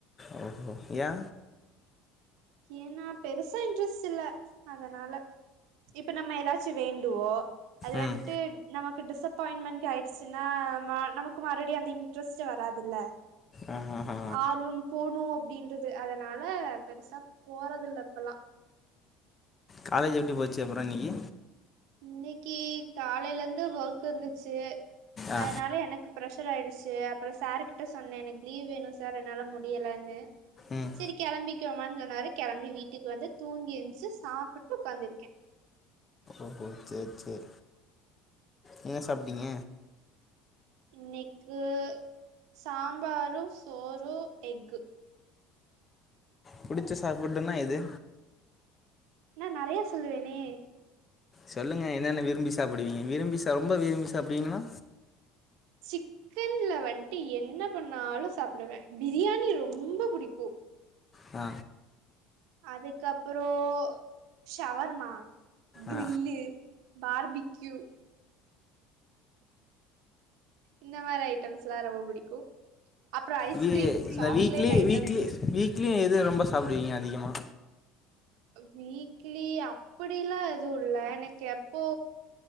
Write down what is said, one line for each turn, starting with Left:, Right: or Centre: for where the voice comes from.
Left: ஓ ஒ ஏ
Right: ஏன்னா பெருசா இன்ட்ரெஸ்ட் இல்ல அதனால இப்ப நம்ம எதாச்சு வேண்டுவோ அது
Left: ம்
Right: வந்துட்டு நமக்கு டிசப்பாயிண்ட்மெண்ட் ஆயிடுச்சுன்னா நமக்கு மறுபடி அந்த இன்ட்ரெஸ்ட் வராதுல்ல
Left: ஆ ஆ ஆ
Right: ஆர்வம் போணு அப்டின்றது அதனால பெருசா போறதில்ல இப்பல்லா
Left: காலேஜ் எப்டி போச்சு அப்புறோ இன்னிக்கி
Right: இன்னிக்கி காலைல இருந்து ஒர்க் இருந்துச்சு
Left: ஆ
Right: அதனால எனக்கு பிரச் ஃவீவர் ஆயிடுச்சு அப்புறோ சார் கிட்ட சொன்ன இன்னிக்கி லீவ் வேணு சார் என்னால முடியலன்னு
Left: ம்
Right: சரி கிளம்பி போய்கோமானு சொன்னாரு கிளம்பி வீட்டுக்கு வந்து தூங்கி ஏந்துஞ்சு சாப்பிட்டு உட்காந்துருக்கே
Left: ஓ சரி சரி என்ன சாப்ட்டீங்க
Right: இன்னிக்கு சாம்பாருசோறு எஃக்கு
Left: புடிச்சு சாப் ஃபுட்டுனுனா எது
Right: நா நறைய சொல்லுவேனே
Left: சொல்லுங்க என்னென்ன விரும்பி சாப்பிடுவீங்க விரும்பி சா ரொம்ப விரும்பி சாப்பிடுவீங்கன்னா
Right: சிக்கன்ல வந்துட்டு என்ன பண்ணாலு சாப்பிடுவே பிரியாணி ரொம்ப புடிக்கு
Left: ஆ
Right: அதுக்கப்பரோ ஷவர்வர்மா கிரில்லு
Left: ஆ
Right: பார்பீ கியூ இந்த மாரி ஐட்டம்ஸ் எல்லா ரொம்ப பிடிக்கு அப்புறம் ஐஸ்கிரீம்
Left: வீ இந்த
Right: chocolate
Left: weekly
Right: items
Left: weekly weekly எது ரொம்ப சாப்பிடுவீங்க அதிகமா
Right: வீக்லி அப்படிலா எதுவு இல்ல எனக்கு எப்போ